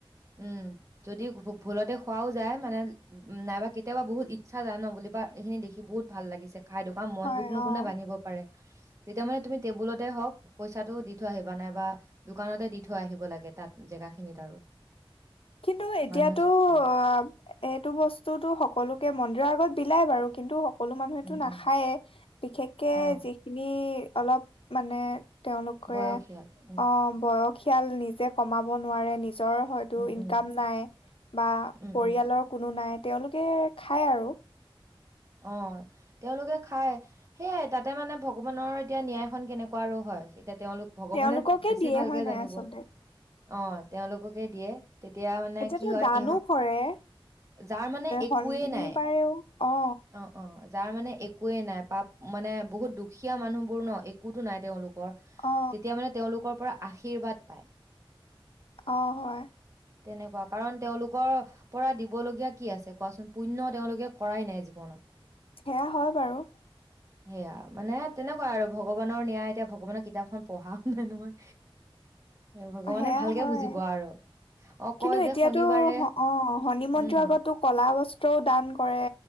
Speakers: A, on the right; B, on the left.
A: উম যদি ভুলতে খোৱাও যায় মানে নাইবা কেতিয়াবা বহুত ই- ইচ্ছা যায় ন বুলি বা এইখিনি দেখি বহুত ভাল লাগিছে। খাই ধকা মনটোকনো
B: হয়
A: কোনে
B: অ
A: বান্ধিব পাৰে। তেতিয়া মানে তুমি টেবুলতে হওক পইচাটো দি থৈ আহিবা নাই বা দোকানতে দি থৈ আহিব লাগে তাত জেগা খিনিত আৰু
B: কিন্তু এতিয়াতো
A: মানুহ জ- উম
B: অ এইটো বস্তুতটো সকলোকে মন্দি- যোৱা আগত বিলাই বাৰু কিন্তু সকলো মানুহেতো
A: উম
B: নাখায়েই
A: উম
B: বিশেষকে
A: অ
B: যিখিনি অলপ মানে তেওঁলোকে
A: বয়সীয়াল উম
B: অ বয়সি- সীয়াল নিজে কমাব নোৱাৰে নিজ নিজৰ হয়টো
A: উম উম
B: কাম নাই বা
A: উম
B: পৰিয়ালৰ
A: উম
B: কোনো নাই। তেওঁলোকে খায় আৰু
A: অ তেওঁলোকে খাই সেয়াই তাতে মানে ভগৱানৰ এতিয়া ন্যায়খন কেনেকুৱা আৰু হয়। তে তেওঁলোক ভগৱানে
B: তেওঁলোককে
A: বেছি
B: দিয়ে
A: ভালকে
B: হয় নাই
A: জানিব।
B: আচলতে
A: অ তেওঁলোককে দিয়ে। তেতিয়া মানে
B: এতিয়াতো
A: কি হয়
B: দানো
A: ইহ
B: কৰে,
A: যাৰ মানে একোৱেই
B: শনিবাৰেও
A: নাই
B: অ
A: অ যাৰ মানে একোৱেই নাই পাপ মানে বহুত দুখীয়া মানুহ বোৰ ন একোতো নাই তেওঁলোক। কৰ,
B: অ
A: তেতিয়া মানে তেওঁলোকৰ পৰা আশীৰ্বাদ পায়।
B: অ হয়।
A: তেনেকুৱা কাৰণ তেওঁলোকৰ পৰা দিবলগীয়া কি আছে কোৱা চোন? পুণ্য তেওঁলোকে কৰাই নাই জীৱনত।
B: সেয়া হয় বাৰু।
A: সেয়া মানে তেনেকুৱা আৰু ভগৱানৰ নিয়ায় এতিয়া ভগৱানৰ কিতাপখন পঢ়াও নাই নহয়। ভগৱানে
B: সেয়া
A: ভালকে
B: হয়।
A: বুজিব আৰু অ
B: কিন্তু
A: কয় যে
B: এতিয়াতো
A: শনিবাৰে
B: অ শনি মন্দিৰ
A: উম
B: আগতো কলা বস্ত্ৰও দান কৰে,